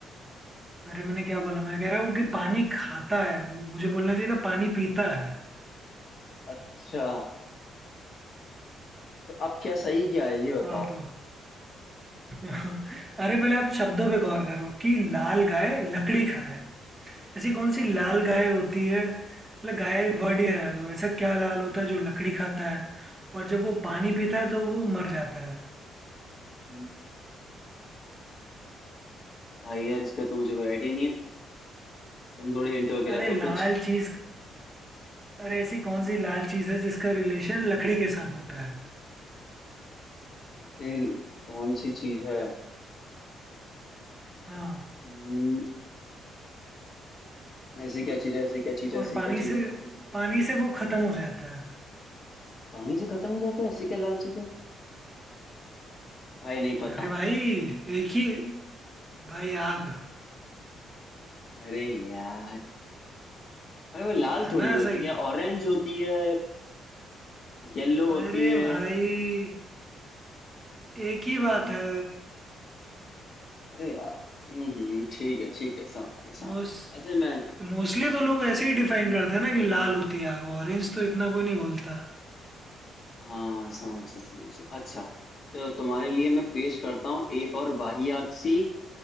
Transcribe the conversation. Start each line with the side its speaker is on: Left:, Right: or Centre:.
Right: अरे मैंने क्या बोला मैं कह रहा हूँ कि पानी खाता है मुझे बोलना चाहिए था पानी पीता है
Left: अच्छा तो अब क्या सही क्या है ये बताओ
Right: हाँ तो <laughs> अरे पहले आप शब्दों पे गौर करो कि लाल गाय लकड़ी खाए ऐसी कौन सी लाल गाय होती है मतलब गाय वर्ड ही है ऐसा क्या लाल होता है जो लकड़ी खाता है और जब वो पानी पीता है तो वो मर जाता है
Left: हम्म, भाई यार इसका तो मुझे कोई आइडिया नहीं है तुम थोड़ी हिंट वगैरह
Right: अरे लाल
Left: दो कुछ
Right: चीज अरे ऐसी कौन सी लाल चीज है जिसका रिलेशन लकड़ी के साथ होता है
Left: ऐसे कौन सी चीज है
Right: हाँ
Left: हम्म, ऐसी क्या चीज है ऐसी क्या चीज
Right: और
Left: है ऐसी
Right: पानी
Left: क्या चीज
Right: से
Left: है ऐसी क्या चीज है
Right: पानी से वो खत्म हो जाता है
Left: पानी से खत्म हो जाता है ऐसी क्या लाल चीज है भाई नहीं पता
Right: अरे भाई एक ही भाई आग
Left: अरे यार भाई वो लाल
Right: है
Left: थोड़ी
Right: ना
Left: होती
Right: सही
Left: है ऑरेंज होती है येलो होती
Right: अरे
Left: है
Right: भाई एक ही बात है
Left: अरे यार हम्म हम्म, ठीक है ठीक है समझ गया समझ
Right: मोस
Left: गया अच्छा मैं
Right: मोस्टली तो लोग ऐसे ही डिफाइन करते हैं ना कि लाल होती है आग ऑरेंज तो इतना कोई नहीं बोलता
Left: हाँ समझिए समझिए अच्छा चलो तुम्हारे लिए मैं पेश करता हूँ एक और वाहियात सी